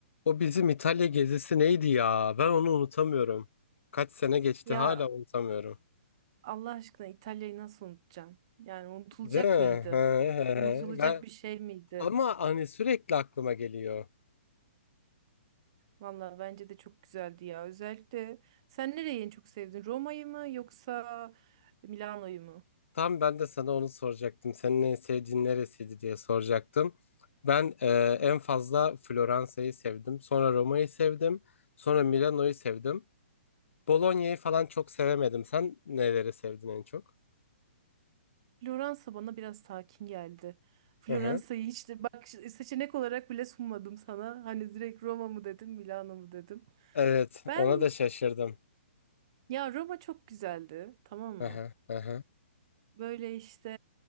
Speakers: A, on the left; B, on the right.
A: O bizim İtalya gezisi neydi ya? Ben onu unutamıyorum. Kaç sene geçti
B: Ya
A: hala unutamıyorum.
B: Allah aşkına İtalya'yı nasıl unutacaksın? Yani unutulacak
A: Değil mi?
B: mıydı?
A: He, he,
B: Unutulacak
A: he. Ben,
B: bir şey miydi?
A: ama hani sürekli aklıma geliyor.
B: Valla bence de çok güzeldi ya. Özellikle sen nereyi en çok sevdin? Roma'yı mı yoksa Milano'yu mu?
A: Tam ben de sana onu soracaktım. Senin en sevdiğin neresiydi diye soracaktım. Ben e, en fazla Floransa'yı sevdim. Sonra Roma'yı sevdim. Sonra Milano'yu sevdim. Bologna'yı falan çok sevemedim. Sen neleri sevdin en çok?
B: Floransa bana biraz sakin geldi. Floransa'yı
A: Hı hı.
B: hiç de bak ş- seçenek olarak bile sunmadım sana. Hani direkt Roma mı dedim, Milano mu dedim.
A: Evet,
B: Ben
A: ona da şaşırdım.
B: ya Roma çok güzeldi, tamam mı?
A: Hı hı, hı hı,
B: Böyle işte